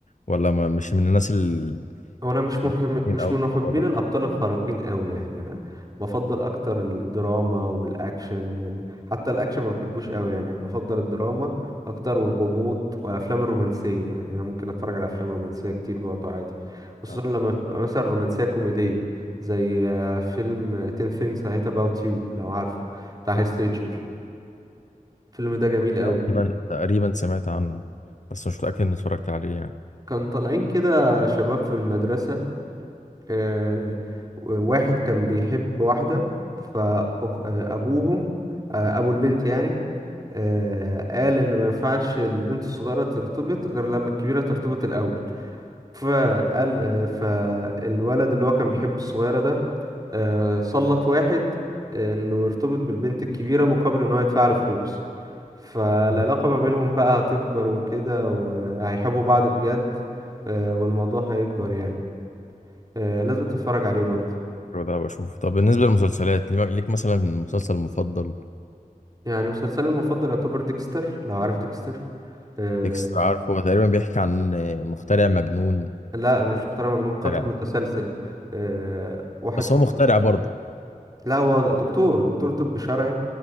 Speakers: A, on the left; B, on the right.
A: ولا ما مش من الناس ال
B: هو انا مش محب...
A: الاثنين
B: مش
A: او
B: من
A: الموضوع
B: محبين
A: ده
B: الابطال الخارقين قوي يعني انا بفضل اكتر الدراما والاكشن وال... حتى الاكشن ما بحبوش قوي يعني يعني بفضل الدراما اكتر والغموض والافلام الرومانسيه يعني انا ممكن اتفرج على افلام رومانسيه كتير برضو عادي خصوصا
A: آه،
B: لما تبقى مثلا رومانسيه كوميديه زي آه، فيلم آه، 10 things I hate about you لو عارفه بتاع هيث ليدجر الفيلم ده جميل قوي
A: تقريبا تقريبا سمعت عنه بس مش متاكد اني اتفرجت عليه يعني
B: كان طالعين كده شباب في المدرسه آه، واحد كان بيحب واحدة فأبوهم أبو البنت يعني آه، قال إن ما ينفعش البنت الصغيرة ترتبط غير لما الكبيرة ترتبط الأول فقال آه، فالولد اللي هو كان بيحب الصغيرة ده آه، سلط واحد إنه يرتبط بالبنت الكبيرة مقابل إن هو يدفع له فلوس فالعلاقة
A: مم.
B: ما بينهم بقى هتكبر وكده وهيحبوا بعض بجد آه، والموضوع هيكبر يعني آه، لازم تتفرج عليه برضه
A: حلو ده بشوف طب بالنسبه للمسلسلات ليك ليك مثلا مسلسل مفضل
B: يعني مسلسلي المفضل يعتبر ديكستر لو عارف ديكستر آه
A: ديكستر عارفه هو تقريبا بيحكي عن آه، مخترع مجنون
B: لا مش مقتنع مجنون قاتل
A: مخترع
B: متسلسل آه واحد
A: بس
B: في
A: هو
B: الطب
A: مخترع
B: الشرعي
A: برضه
B: لا هو دكتور دكتور طب شرعي